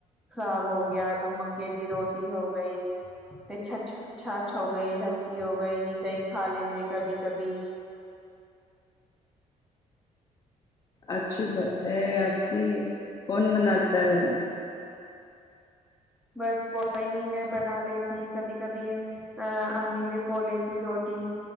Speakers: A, in the centre; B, on the left.
A: ਸਾਗ ਹੋ ਗਿਆ, ਕਮੱਕੇ ਦੀ ਰੋਟੀ ਹੋ ਗਈ ਤੇ ਛੱਛ ਛੱਛ ਹੋ ਗਈ, ਲੱਸੀ ਹੋ ਗਈ ਨੀਂ ਦਹੀਂ ਖਾ ਲੈਂਦੇ ਕਭੀ ਕਭੀ।
B: ਅੱਛੀ ਬਾਤ ਹੈ
A: ਹਾਂ
B: ਆਪ ਕੀ, ਕੌਣ ਮਨਾਤਾ ਹੈ ਗਰ ਮੈਂ
A: ਬਸ ਪ ਨੀ ਮੈਂ ਬਣਾ ਲੇਤੀ, ਕਭ- ਕਭੀ ਅ ਅਮੀ ਵੀ ਪੋ ਲੇਤੀ। ਦੀ ਰੋਟੀ